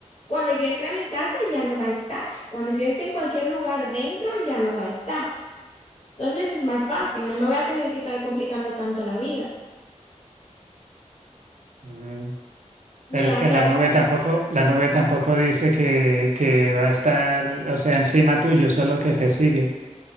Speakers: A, on the left; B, on the right.
A: cuando yo entre a mi casa, ya no va a estar. Cuando yo esté en cualquier lugar dentro, ya no va a estar. Entonces es más fácil, no me voy a tener que estar complicando tanto la vida.
B: Mm, Pero
A: Ni la
B: es que
A: calor.
B: la nube tampoco, la nube tampoco dice que, que va a estar, o sea, encima tuyo, solo que te sigue.